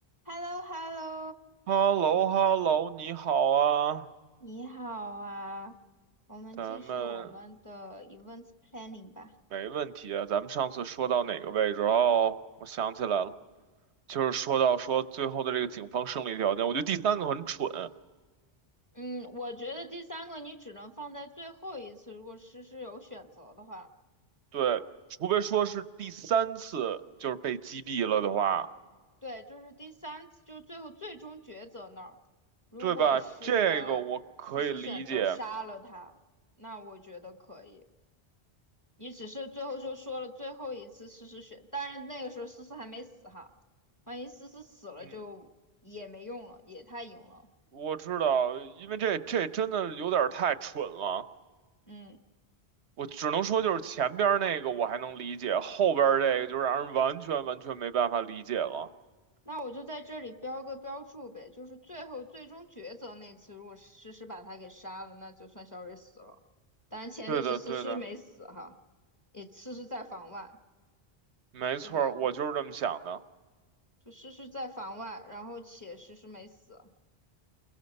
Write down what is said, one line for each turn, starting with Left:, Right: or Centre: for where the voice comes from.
Left: h e l l o h e l l o
Right: h e l l o h e l l o 你好啊，
Left: 你好啊，我们继续我们的
Right: 咱们
Left: events planning 吧。
Right: 没问题啊。咱们上次说到哪个位置？哦，我想起来了，就是说到说最后的这个警方胜利条件，我觉得第三个很蠢。
Left: 嗯，我觉得第三个你只能放在最后一次，如果诗诗有选择的话，
Right: 对，除非说是第三次就是被击毙了的话，
Left: 对，就是第三次，就是最后最终抉择那儿，如果是
Right: 对吧？这个我可以理解。
Left: 诗诗选择杀了他，那我觉得可以。你只是最后就说了最后一次诗诗选，但是那个时候诗诗还没死哈，万一诗诗死了就也没用了，
Right: 嗯，
Left: 也太赢了。
Right: 我知道，因为这这真的有点儿太蠢了。
Left: 嗯，
Right: 我只能说，就是前边儿那个我还能理解，后边儿这个就让人完全完全没办法理解了。
Left: 那我就在这里标个标注呗，就是最后最终抉择那次，如果诗诗把他给杀了，那就算小蕊死了。当然前提是诗诗没死哈，
Right: 对的，对的，
Left: 也诗诗在房外，
Right: 没错儿，
Left: 对吧？
Right: 我就是这么想的。
Left: 就诗诗在房外，然后且诗诗没死，